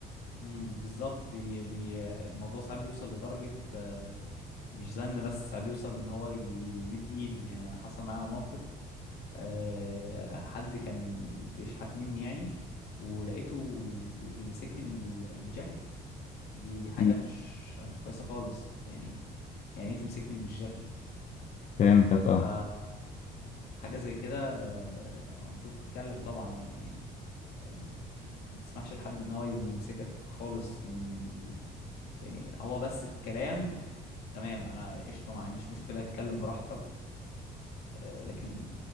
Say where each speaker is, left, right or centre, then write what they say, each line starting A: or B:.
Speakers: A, on the left (about 70°); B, on the left (about 45°).
A: امم بالظبط بي... بي... الموضوع ساعات بيوصل لدرجه آه، مش زن بس ساعات بيوصل ان هو ي- يمد ايده يعني انا حصل معايا موقف آه، حد كان بيشحت مني يعني ولقيته بي- بيمسكني من ال- الجاكيت دي دي حاجة
B: مم.
A: مش مش كويسة خالص يعني يعني ايه تمسكني من الجاكيت
B: فهمتك اه
A: ف حاجة زي كده آه، المفروض تتكلم طبعا يعني آم، ما تسمحش لحد ان هو يمسكك خالص من يعني هو بس الكلام تمام انا قشطة ما عنديش مشكلة اتكلم براحتك آه، لكن